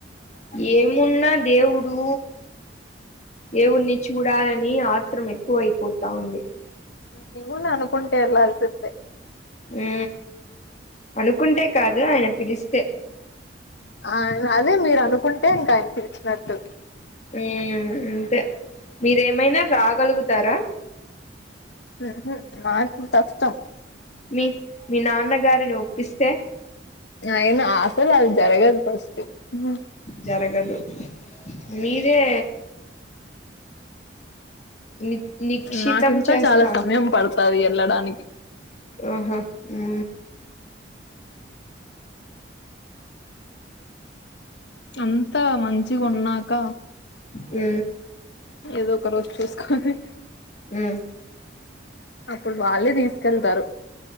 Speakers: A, on the left; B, on the left.
A: ఏమున్నా దేవుడూ ఏవున్ని చూడాలని ఆత్రమెక్కువ అయిపోతా ఉంది
B: నీవూ న అనుకుంటె ఎల్లాల్సిందే
A: ఊ అనుకుంటే ఇక అదే ఆయన పిలిస్తే
B: ఆ అదే మీరు అనుకుంటే ఇంకాయన పిల్చినట్టు
A: ఊ అంతే మీరేమైనా రా గలుగుతారా?
B: ఊహు నాకు కష్టం.
A: మీ మీ నాన్నగారిని ఒప్పిస్తే
B: అయిన అసలు అది జరగదు ఫస్టు ఊ
A: జరగదు మీరే ని నిక్షితం
B: నాకింక
A: చేస్తా
B: చాలా సమయం పడతాది ఎల్లడానికి
A: ఆహొ ఊ
B: అంతా మంచిగున్నాక
A: ఊ
B: ఏదో ఒక రోజు చూస్కొని
A: ఊ
B: అప్పుడు వాళ్ళే తీసుకెళ్తారు